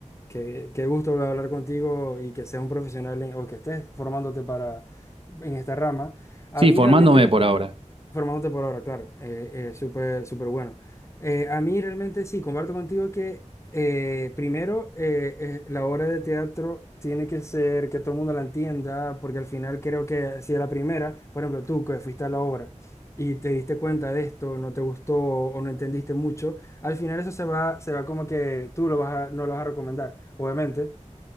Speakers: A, on the left (about 20°); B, on the right (about 45°).
A: qué, qué gusto volver a hablar contigo y que seas un profesional en- o que estés formándote para en esta rama. A
B: Sí,
A: mí
B: formándome
A: realmente
B: por ahora.
A: Formándote por ahora, claro. Eh, eh, súper, súper bueno. Eh, a mí realmente sí, comparto contigo que eh, primero eh, eh, la obra de teatro tiene que ser que todo el mundo la entienda, porque al final creo que si a la primera, por ejemplo, tú que fuiste a la obra y te diste cuenta de esto, no te gustó o no entendiste mucho, al final eso se va, se va como que tú lo vas a- no lo vas a recomendar, obviamente.